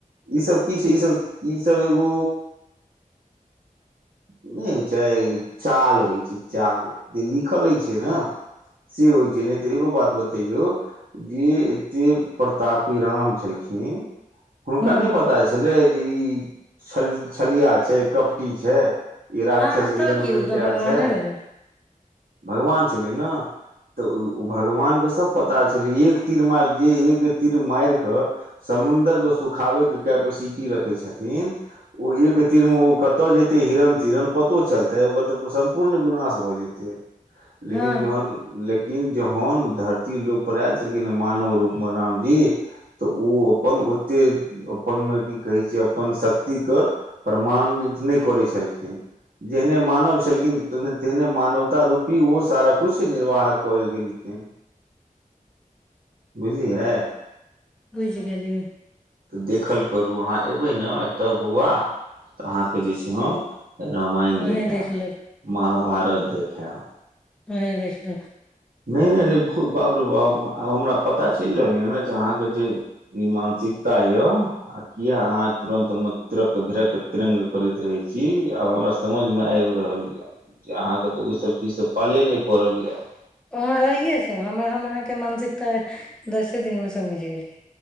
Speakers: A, on the right; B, in the centre.
A: इ सब की छिय इ सभ ओ नै होय छय चाल होय छय चाल जे लिखल होय छय न से होय छै एगो बात बतेय यौ जेे एतेक प्रतापी राम छलखिन हुनका
B: हूँ
A: नहि पता छलै जे इ छल छलिया छै कपटी छै ई राक्षस
B: हँ तऽ
A: हिरण
B: की
A: बन
B: उ तऽ
A: के
B: भगवाने
A: आयल छै
B: रहै
A: भगवान छलै ने तऽ ओ ओ भगवानके सब पता छलै एक तीर मारि जे एक तीर मारि कऽ समुन्दरके सुखाबैके कैपेसिटी रखै छथिन ओ एक तीरमे ओ कतय जेतै हिरण तिरण पतो चलतै ओकर तऽ सम्पूर्ण विनाश भऽ जेतै लेकिन
B: हँ
A: जहन ल लेकिन जहन धरती लोक पर आयल छलखिन मानव रूपमे रामजी तऽ ओ अपन ओते अपन की कहै छै अपन शक्तिके प्रमाणित नहि करै छलखिन जेहने मानव छलखिन तेने तेहने मानवता रूपी ओ सारा किछु निर्वाह कल गेलखिन बुझलियै
B: बुझि गेलियै
A: तऽ देखल करू अहाँ अयबै ने एतय बौआ तऽ अहाँके जे छै हम रामायण
B: अहें
A: देखेब
B: देख लेब
A: महाभारत देखेब ख
B: ह देख लेब
A: नहि नहि रे ब बाप रे बाप आब हमरा पता चलि रहल य ने जे अहाँके जे ई मानसिकता यए आ किए अहाँ तुरन्तमे तिरक भिरकक तिरङ्ंग करैत रहैत छी आब हमरा समझमे आबि रहल यए जे अहाँकेँ तऽ ओहिसभ चीजसँ पाले नहि पड़ल यए
B: वहाँ अइये से हमर हम अहाँके मानसिकता दसे दिनमे समझ गेली